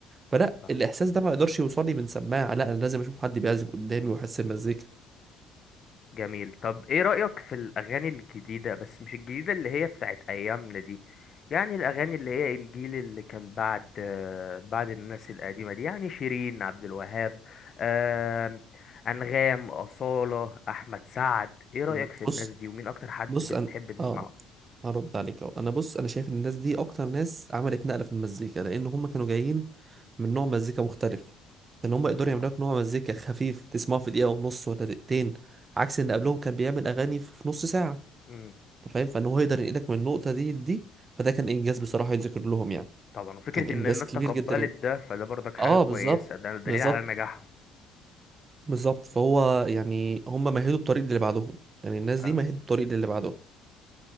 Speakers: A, on the right (about 30°); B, on the left (about 40°).
A: فلا
B: فاهمك.
A: الاحساس ده ما يقدرش يوصل لي من سماعه لا انا لازم اشوف حد بيعزف قدامي واحس المزيكا
B: جميل طب ايه رأيك في الأغاني الجديدة بس مش الجديدة اللي هي بتاعت أيامنا دي يعني الأغاني اللي هي الجيل اللي كان بعد آه، بعد الناس القديمة دي يعني شيرين عبد الوهاب آم، أنغام أصالة أحمد سعد ايه رأيك
A: مم.
B: في الناس
A: بص
B: دي ومين أكتر حد
A: بص
B: بتحب
A: انا
B: تسمعه
A: اه هرد عليك اهو انا بص انا شايف ان الناس دي اكتر ناس عملت نقله في المزيكا لان هم كانوا جايين من نوع مزيكا مختلف ان هم يقدروا
B: طبعا
A: يعملوا لك نوع مزيكا خفيف تسمعه في دقيقه ونص ولا دقيقتين عكس ان قبلهم كان بيعمل اغاني في نص ساعه
B: امم
A: انت فاهم فان هو يقدر ينقلك من النقطه دي دي فده كان انجاز بصراحه يتذكر لهم يعني
B: طبعا وفكرة
A: كان انجاز
B: إن الناس
A: كبير
B: تقبلت
A: جدا يعني.
B: ده فده برضك حاجة
A: اه
B: كويسة
A: بالظبط
B: ده دليل
A: بالظبط
B: على نجاحهم
A: بالظبط فهو يعني هم مهدوا الطريق للي بعدهم يعني الناس
B: فاهم
A: دي مهدوا الطريق للي بعدهم